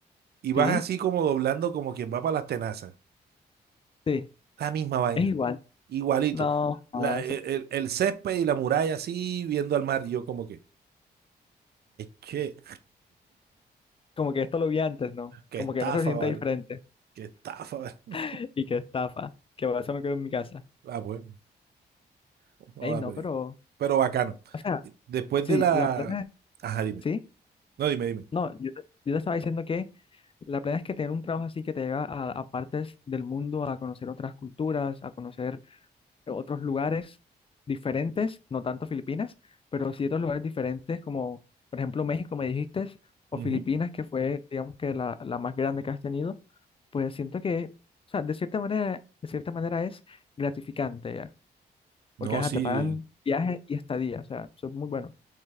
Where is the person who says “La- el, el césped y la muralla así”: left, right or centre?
Right